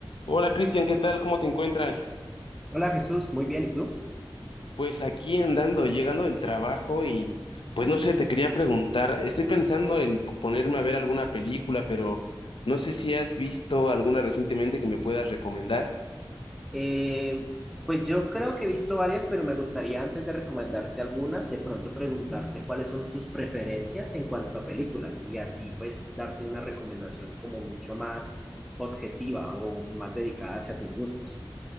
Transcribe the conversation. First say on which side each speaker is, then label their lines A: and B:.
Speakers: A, on the left; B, in the centre.
A: Hola Cristian, ¿qué tal? ¿Cómo te encuentras?
B: Hola Jesús, muy bien, ¿y tú?
A: Pues aquí andando, llegando del trabajo y pues no sé, te quería preguntar, estoy pensando en ponerme a ver alguna película, pero no sé si has visto alguna recientemente que me puedas recomendar.
B: Eh, pues yo creo que he visto varias, pero me gustaría antes de recomendarte alguna, de pronto preguntarte cuáles son tus preferencias en cuanto a películas y así pues darte una recomendación como mucho más objetiva o más dedicada hacia tus gustos.